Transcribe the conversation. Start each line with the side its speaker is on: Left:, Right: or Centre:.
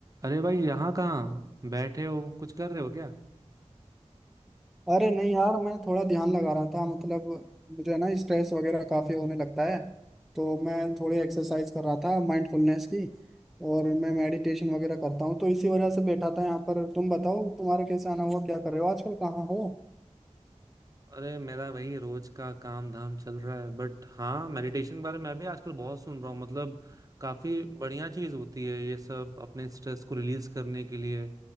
Right: अरे भाई यहाँ कहाँ बैठे हो कुछ कर रहे हो क्या
Centre: अरे नहीं यार मैं थोड़ा ध्यान लगा रहा था मतलब मुझे है ना स्ट्रेस वगैरह काफी होने लगता है तो मैं थोड़ी एक्सरसाइज कर रहा था माइंडफुलनेस की और मैं मेडिटेशन वगैरह करता हूँ तो इसी वजह से बैठा था यहाँ पर तुम बताओ तुम्हारा कैसा आना हुआ क्या कर रहे हो आजकल कहाँ हो
Right: अरे मेरा वही रोज का काम धाम चल रहा है बट हाँ मेडिटेशन के बारे में मैं भी आजकल बहुत सुन रहा हूँ मतलब काफी बढ़िया चीज होती है ये सब अपने स्ट्रेस को रिलीज करने के लिए